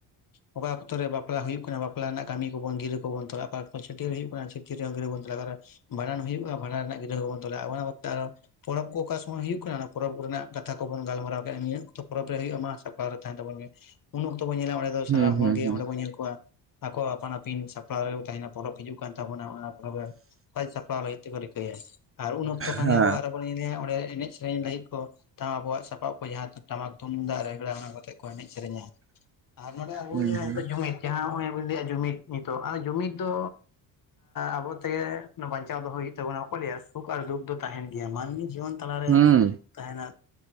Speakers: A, on the left (about 45°); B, on the right (about 30°).
A: ᱚᱠᱟ ᱚᱠᱛᱚ ᱨᱮ ᱵᱟᱯᱞᱟ ᱦᱩᱭᱩᱜ ᱠᱟᱱᱟ ᱵᱟᱯᱞᱟ ᱨᱮᱱᱟᱜ ᱠᱟᱹᱢᱤ ᱠᱚ ᱵᱚᱱ ᱜᱤᱨᱟ. ᱠᱚ ᱵᱚᱱ ᱛᱚᱞᱟ ᱚᱠᱟ ᱚᱠᱟᱨᱮ ᱪᱷᱟᱴᱭᱟ. ᱨ ᱦᱩᱭᱩᱜ ᱠᱟᱱᱟ ᱪᱷᱟᱴᱭᱟ. ᱨ ᱨᱮ ᱚᱱᱛᱮ ᱨᱮᱵᱚᱱ ᱞᱟ ᱵᱷᱟᱸᱰᱟᱱ ᱦᱩᱭᱩᱜ-ᱟ ᱵᱷᱟᱸᱰᱟᱱ ᱨᱮᱱᱟᱜ ᱜᱤᱨᱟ. ᱠᱚᱵᱚᱱ ᱛᱚᱞᱟ ᱚᱱᱟ ᱚᱠᱛᱮ ᱯᱚᱨᱚᱵᱽ ᱠᱚ ᱚᱠᱟ ᱥᱩᱢᱚᱭ ᱦᱩᱭᱩᱜ ᱠᱟᱱᱟ ᱚᱱᱟ ᱯᱚᱨᱚᱵᱽ ᱨᱮᱱᱟᱜ ᱠᱟᱛᱷᱟ ᱠᱚᱵᱚᱱ ᱜᱟᱞᱢᱟᱨᱟᱣ ᱠᱮᱜᱟ ᱱᱤᱭᱟᱹ ᱚᱠᱛᱚ ᱯᱚᱨᱚᱵᱽ ᱨᱮ ᱦᱩᱭᱩᱜ-ᱟ ᱢᱟ ᱥᱟᱯᱲᱟᱣ ᱨᱮ ᱛᱟᱦᱮᱱ ᱛᱟᱵᱚᱱ ᱢᱮ ᱩᱱ ᱚᱠᱛᱚ ᱵᱚ ᱧᱮᱞᱟ ᱚᱸᱰᱮ ᱫᱚ
B: ᱦᱩᱸ
A: ᱥᱟᱱᱟᱢ
B: ᱦᱩᱸ
A: ᱦᱚᱲ ᱜᱮ
B: ᱦᱩᱸ
A: ᱚᱸᱰᱮ ᱵᱚᱱ ᱧᱮᱞ ᱠᱚᱣᱟ ᱟᱠᱚᱣᱟᱜ ᱟᱯᱟᱱ ᱟᱹᱯᱤᱱ ᱥᱟᱯᱲᱟᱣ ᱨᱮ ᱠᱚ ᱛᱟᱦᱮᱱᱟ ᱯᱚᱨᱚᱵᱽ ᱦᱤᱡᱩᱜ ᱠᱟᱱ ᱛᱟᱵᱚᱱᱟ ᱚᱱᱟ ᱯᱚᱨᱚᱵᱽ ᱨᱮ ᱥᱟᱡ ᱥᱟᱯᱲᱟᱣ ᱞᱟᱹᱜᱤᱫ ᱛᱮᱠᱚ ᱨᱤᱠᱟᱹᱭᱟ᱾ ᱟᱨ ᱩᱱ ᱚᱠᱛᱚ ᱠᱷᱟᱱ
B: ᱦᱮᱸ
A: ᱜᱮ ᱟᱵᱚᱣᱟᱜ ᱨᱮᱵᱚᱱ ᱧᱮᱞᱮᱭᱟ ᱚᱸᱰᱮ ᱮᱱᱮᱡ ᱥᱮᱨᱮᱧ ᱞᱟᱹᱜᱤᱜ ᱠᱚ ᱛᱟᱣ ᱟᱵᱚᱣᱟᱜ ᱥᱟᱯᱟᱵ ᱠᱚ ᱡᱟᱦᱟᱸ ᱛᱤ ᱴᱟᱢᱟᱠ ᱛᱩᱢᱫᱟᱜ ᱨᱮᱜᱽᱲᱟ ᱚᱱᱟ ᱠᱚᱛᱮ ᱠᱚ ᱮᱱᱮᱡ ᱥᱮᱨᱮᱧᱟ᱾ ᱟᱨ ᱱᱚᱰᱮ ᱟᱵᱚ
B: ᱦᱩᱸ
A: ᱵᱚ ᱧᱮᱞᱟ ᱡᱟᱦᱟᱭ ᱠᱚ ᱡᱩᱢᱤᱫ ᱡᱟᱦᱟᱸ ᱦᱚᱜᱚᱭ ᱵᱚᱱ ᱞᱟᱹᱭᱟ ᱡᱩᱢᱤᱫ ᱱᱤᱛᱚᱜ ᱟᱨ ᱡᱩᱢᱤᱫ ᱫᱚᱼᱼ ᱟᱵᱚ ᱛᱮᱜᱮ ᱚᱱᱟ ᱵᱟᱧᱪᱟᱣ ᱫᱚᱦᱚᱸ ᱦᱩᱭᱩᱜ ᱛᱟᱵᱱᱟ ᱵᱟᱠᱚ ᱞᱮᱭᱟ ᱥᱩᱠ ᱟᱨ ᱫᱩᱠ ᱫᱚ ᱛᱟᱦᱮᱱ ᱜᱮᱭᱟ ᱢᱟᱹᱱᱢᱤ ᱡᱤᱭᱚᱱ ᱛᱟᱞᱮ ᱨᱮ
B: ᱦᱩᱸ
A: ᱥᱩᱠ ᱛᱟᱦᱮᱱᱟ,